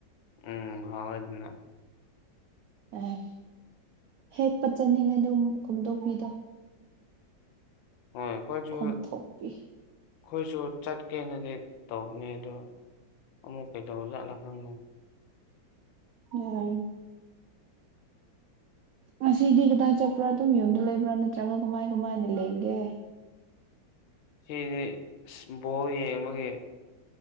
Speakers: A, on the left (about 85°); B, on the right (about 85°).
A: ꯎꯝ ꯍꯥꯎꯋꯦ ꯗꯨꯅ
B: ꯑꯦ ꯍꯦꯛꯇ ꯆꯠꯅꯤꯡꯉꯦ ꯑꯗꯨꯝ ꯈꯣꯝꯗꯣꯛꯄꯤꯗꯣ
A: ꯍꯣꯏ ꯑꯈꯣꯏꯁꯨ
B: ꯈꯣꯝꯊꯣꯛꯄꯤ
A: ꯑꯩꯈꯣꯏꯁꯨ ꯆꯠꯀꯦꯅꯗꯤ ꯇꯧꯚꯅꯦ ꯑꯗꯣ ꯑꯃꯨꯛ ꯀꯩꯗꯧ ꯖꯠꯂꯥ ꯈꯪꯅꯦ
B: ꯌꯥꯏ ꯉꯁꯤꯗꯤ ꯀꯗꯥꯏ ꯆꯠꯄ꯭ꯔꯥ ꯑꯗꯨꯝ ꯌꯨꯝꯗ ꯂꯩꯕ꯭ꯔꯥ ꯅꯠꯇ꯭ꯔꯒ ꯀꯃꯥꯏ ꯀꯃꯥꯏꯅ ꯂꯦꯟꯒꯦ
A: ꯁꯤꯗꯤ ꯏꯁ ꯕꯣꯜ ꯌꯦꯡꯕꯒꯤ